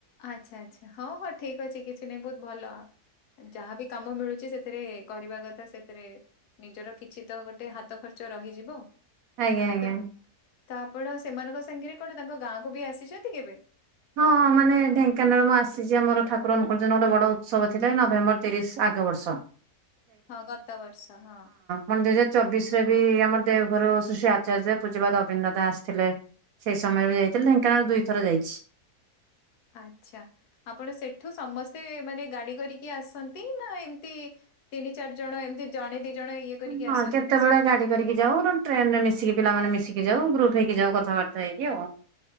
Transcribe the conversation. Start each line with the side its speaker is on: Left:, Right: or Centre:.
Left: ଆଚ୍ଛା ଆଚ୍ଛା ହଁ ହଁ ଠିକ ଅଛି କିଛି ନାଇଁ ବହୁତ ଭଲ। ଯାହାବି କାମ ମିଳୁଛି ସେ ସେଥିରେ କରିବା କଥା ସେଥିରେ ନିଜର କିଛି ତ ଗୋଟେ ହାତ ଖର୍ଚ୍ଚ ରହିଯିବ।
Right: ଆଜ୍ଞା ଆଜ୍ଞା।
Left: ତ ତ ଆପଣ ସେମାନଙ୍କ ସାଙ୍ଗରେ କଣ ତାଙ୍କ ଗାଁକୁ ବି ଆସିଛନ୍ତି କେବେ?
Right: ହଁ ମାନେ ଢେଙ୍କାନାଳ ମୁଁ ଆସିଛି ଆମର ଠାରଙ୍କ ଗୋଟେ ବଡ ଉତ୍ସବ ଥିଲା ନଭେମ୍ବର ତିରିଶ ଆଗ ବର୍ଷ।
Left: ହଁ ଗତ ବର୍ଷ ହଁ
Right: ମନ୍ଦିରରେ ଚବିଶରେ ବି ଆମ ଦେଓଘର ଶଶ୍ରୀ ଆଚାର୍ଯ୍ୟ ପୂଜପଦ୍ୟ ଅବିନ୍ଦତା ଆସିଥିଲେ। ସେଇ ସମୟରେ ବି ଯାଇଥିଲେ ଢେଙ୍କାନାଳ ଦୁଇଥର ଯାଇଛି।
Left: ଆଚ୍ଛା ଆପଣ ସେଠୁ ସମସ୍ତେ ମାନେ ଗାଡି କରିକି ଆସନ୍ତି ନା ଏମିତି? ତିନି ଚାରି ଜଣ ଏମିତି ଜଣେ ଦି ଜଣ ଇଏ କରିକି
Right: ହଁ
Left: ଆସନ୍ତି?
Right: କେତେବେଳେ ଗାଡି କରିକି ଯାଉ ଟ୍ରେନ ରେ ମିଶିକି ପିଲାମାନେେ ମିଶିକି ଯାଉ ଗ୍ରୁପ୍ ହେଇକି ଯାଉ କଥାବାର୍ତ୍ତା ହେଇକି ଆଉ।